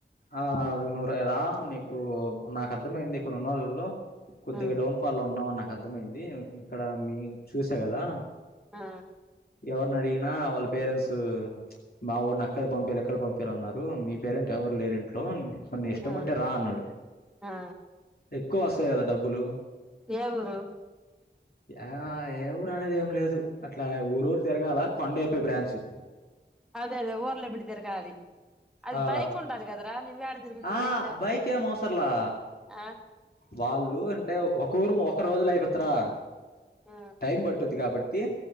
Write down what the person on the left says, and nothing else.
ఆ నువ్వురేరా నీకు నాకు అర్థమైంది ఇక్కడ ఉన్న వాళ్ళలో కొద్దిగా
డౌన్ ఫాల్లో ఉన్నావు అని నాకు అర్థమైంది ఇక్కడ మీ చూసా కదా.
ఎవర్నడిగినా వాళ్ళ పేరెంట్స్ మావోన్ని అక్కడ పంపియాల ఇక్కడ పంపియాల అన్నారు. మీ పేరెంట్ ఎవరు లేరు ఇంట్లో మరి నీ ఇష్టం
ఉంటేరా రా అన్నాడు
ఎక్కువ వస్తాయి కదా డబ్బులు.
ఆ ఏ ఊరు అనేది ఏం లేదు, అట్లా ఊరు ఊరు తిరగాల కొండైపి బ్రాంచ్.
ఆ
ఆ
బైక్ ఏం అవసరం లా.
వాళ్ళు అంటే ఒక ఊరు ఒక రోజుల ఎపిత్తరా.
టైం పట్టుద్ది కాబట్టి